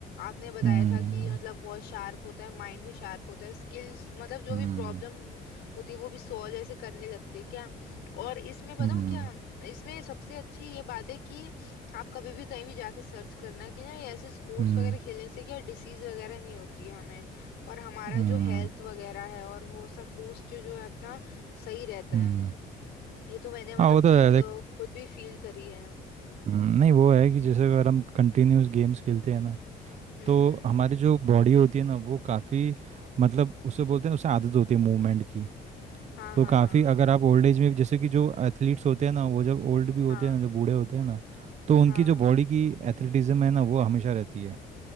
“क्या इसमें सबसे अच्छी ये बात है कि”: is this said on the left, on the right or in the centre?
Left